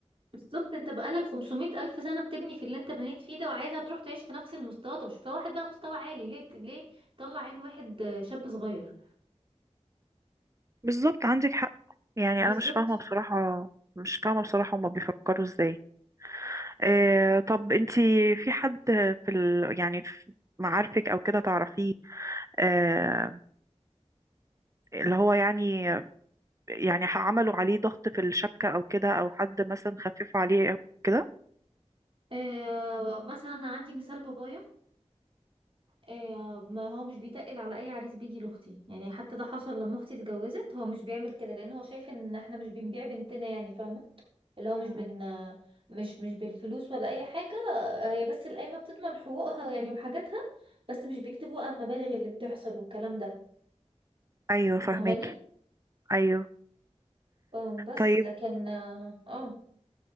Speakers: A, on the right; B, on the right.
A: بالظبط انت بقالك 500 ألف سنة بتبني في اللي انت بنيت فيه ده وعايزها تروح تعيش في نفس المستوى طب شوف لها واحد بقى مستوى عالي ليه ليه طلع عين واحد آه، شاب صغير
B: بالظبط عندك حق يعني
A: بالظبط
B: انا مش فاهمة بصراحة مش فاهمة بصراحة هما بيفكروا ازاي آه طب انتي في حد في ال... يعني في معارفك او كده تعرفيه آه اللي هو يعني يعني عملوا عليه ضغط في الشبكة أو كده أو حد مثلا خففوا عليه أو كده
A: آه مثلا انا عندي مثال بابايا آه، ما هو مش بيتقل على اي عريس بيجي لاختي يعني حتى ده حصل لما اختي اتجوزت هو مش بيعمل كده لان هو شايف ان احنا مش بنبيع بنتنا يعني فاهمه اللي هو مش
B: م-
A: بن مش مش بالفلوس ولا اي حاجه هي بس القايمه بتضمن حقوقها يعني وحاجاتها بس مش بيكتبوا بقى المبالغ اللي بتحصل والكلام ده
B: أيوة فهماكي
A: فاهماني
B: أيوة
A: اه بس
B: طيب
A: لكن اه آه،